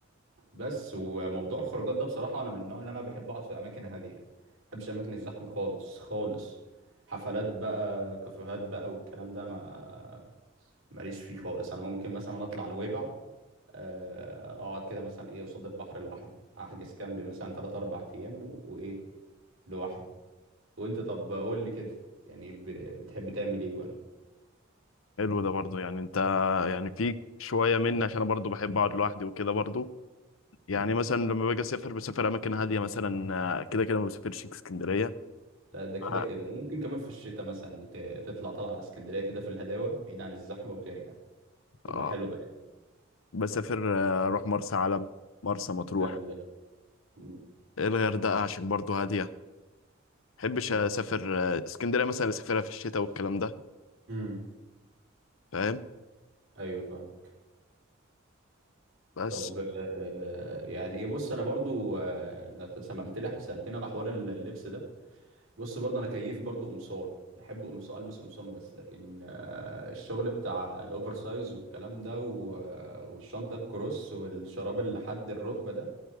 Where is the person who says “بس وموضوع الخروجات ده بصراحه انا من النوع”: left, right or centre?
Right